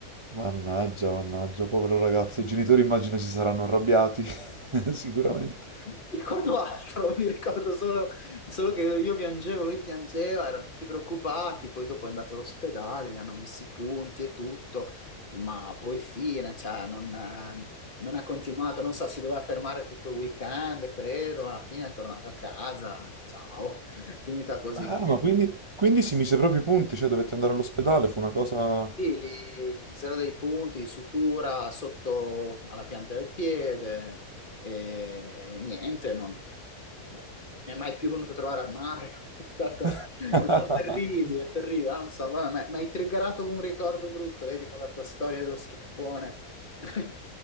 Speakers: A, on the right (about 35°); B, on the left (about 35°).
A: Mannaggia, mannaggia, povero ragazzo. I genitori immagino si saranno arrabbiati, <laughs> sicuramente.
B: mi ricordo altro, <laughs> mi ricordo solo, solo che io piangevo, lui piangeva, erano tutti preoccupati, poi dopo è andato all'ospedale, gli hanno messo i punti e tutto, ma poi fine, cioè non, eh, non ha continuato, non so, si doveva fermare tutto il weekend, credo, alla fine è tornato a casa, ciao, <laughs> finita così.
A: Ah, ma quindi, quindi si mise proprio i punti, cioè dovette andare all'ospedale, fu una cosa...
B: Sì, li, li miserò dei punti di sutura sotto alla pianta del piede e niente, non, non ho- non mi è mai più venuto a trovare al mare. <laughs> È stata,
A: <laughs>
B: è stato terribile, terribile. Ah, non so, guarda, mi mi hai triggerato con un ricordo brutto, vedi, con la tua storia dello schiaffone. <laughs> Vabbè,